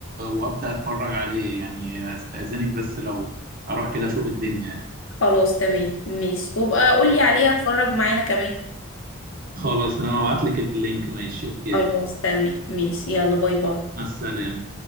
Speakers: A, on the right; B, on the left.
A: وابدأ اتفرج عليه يعني استأذنك بس لو اروح كده اشوف الدنيا
B: خلاص تمام ماشي وابقى قولي عليها اتفرج معانا كمان
A: خلاص انا هبعت لك اللينك ماشي اوكي
B: خلاص تمام ماشي يلا باي باي
A: مع السلامة